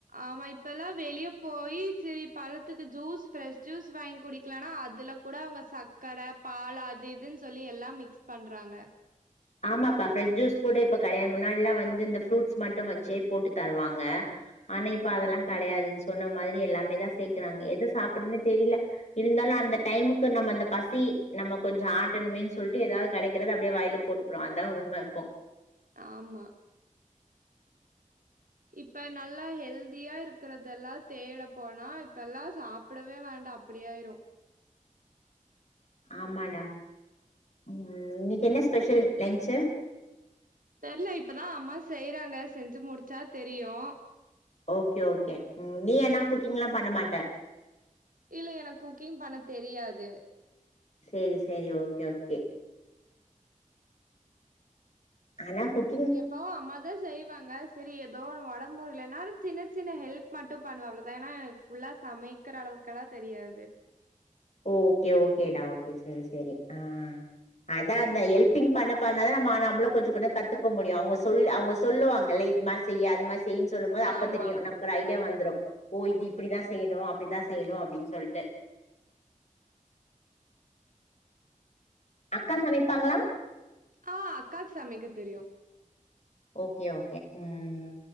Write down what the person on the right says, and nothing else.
ஆமா இப்ப எல்லா வெளியப் போயி செரிப் பழத்துக்கு ஜூஸ் ப்ரெஷ் ஜூஸ் வாய்ங் குடிக்லானா அதுலக் கூட அவுங்க சக்கர பால் அது இதுன் சொல்லி எல்லாம் மிக்ஸ் பண்றாங்க
ஆமா
இப்ப நல்லா ஹெல்தியா இருக்கறதெல்லா தேட போனா இப்ப எல்லா சாப்பிடவே வேண்டா அப்படியாயிரு
தெர்ல இப்பதா அம்மா செய்றாங்க செஞ்சு முடிச்சா தெரியு
இல்ல எனக்கு குக்கிங் பண்ண தெரியாது
எப்பவு அம்மாதா செய்வாங்க செரி எதோ ஒன் ஒடம் முடிலனா சின்ன சின்ன ஹெல்ப் மட்டு பண்ணுவ அவ்ளதா ஏன்னா எனக் ஃபுல்லா சமைக் க்கிற அளவுக்கெல்லா தெரியாது
ஆமா.
ஆ அக்காக் சமைக்க தெரியு